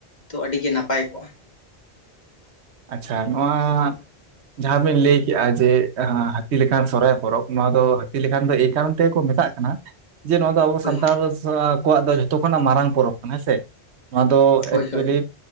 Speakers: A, on the left; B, on the right.
A: ᱛᱚ ᱟᱹᱰᱤᱜᱮ ᱱᱟᱯᱟᱭ ᱠᱚᱜ-ᱟ
B: ᱟᱪᱪᱷᱟ ᱱᱚᱣᱟ ᱡᱟᱦᱟᱸᱵᱤᱱ ᱞᱟᱹᱭ ᱠᱮᱜ-ᱟ ᱡᱮ ᱦᱟᱹᱛᱤ ᱞᱮᱠᱟᱱ ᱥᱚᱨᱦᱟᱭ ᱯᱚᱨᱚᱵᱽ ᱱᱚᱣᱟ ᱫᱚ ᱦᱟᱹᱛᱤ ᱞᱮᱠᱟᱱ ᱫᱚ ᱮᱭ ᱠᱟᱨᱚᱱ ᱛᱮᱠᱚ ᱢᱮᱛᱟᱜ ᱠᱟᱱᱟ ᱡᱮ ᱱᱚᱣᱟ ᱫᱚ ᱟᱵᱚ
A: ᱦᱳᱭ
B: ᱥᱟᱱᱛᱟᱲ ᱥᱟ ᱠᱚᱣᱟᱜ ᱫᱚ ᱡᱷᱚᱛᱚ ᱠᱷᱚᱱᱟᱜ ᱢᱟᱨᱟᱝ ᱯᱚᱨᱚᱵᱽ ᱠᱟᱱᱟ ᱦᱮᱸ ᱥᱮ᱾ ᱱᱚᱣᱟ ᱫᱚ
A: ᱦᱳᱭ
B: ᱮᱠᱪᱩᱭᱮᱞᱤ
A: ᱦᱳᱭ